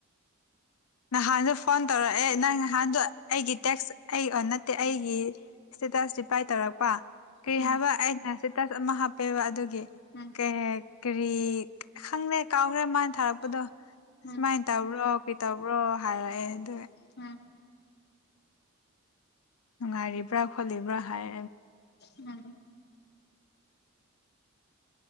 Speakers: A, on the left; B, on the left.
A: ꯅꯍꯥꯟꯗꫭ ꯐꯣꯟ ꯇꯧꯔꯛꯑꯦ ꯅꯪ ꯅꯍꯥꯟꯗꯣ ꯑꯩꯒꯤ ꯇꯦꯛꯁ ꯑꯩ ꯅꯠꯇꯦ ꯑꯩꯒꯤ ꯏꯁꯇꯦꯇꯥꯁ ꯔꯤꯄꯂꯥꯏ ꯇꯧꯔꯛꯄꯥ꯫ ꯀꯩ
B: ꯎꯝ
A: ꯍꯥꯏꯕ ꯑꯩꯅ ꯁꯇꯦꯇꯁ ꯑꯃ ꯍꯥꯞ ꯑꯦꯕ ꯑꯗꯨꯒꯤ
B: ꯎꯝ
A: ꯀꯔꯤ ꯍꯥꯏ ꯀꯔꯤ ꯈꯪꯗꯦ ꯀꯥꯎꯈ꯭ꯔꯦ ꯃꯥꯅ ꯊꯥꯔꯛꯄꯗꯣ
B: ꯎꯝ
A: ꯁꯨꯃꯥꯏꯅ ꯇꯧꯔꯣ ꯄ꯭ꯔꯣ ꯍꯥꯏꯔꯛꯑꯦ ꯑꯗꯨ
B: ꯎꯝ
A: ꯅꯨꯡꯉꯥꯏꯔꯤꯕ꯭ꯔꯥ ꯈꯣꯠꯂꯤꯕ꯭ꯔꯥ ꯍꯥꯏ
B: ꯎꯝ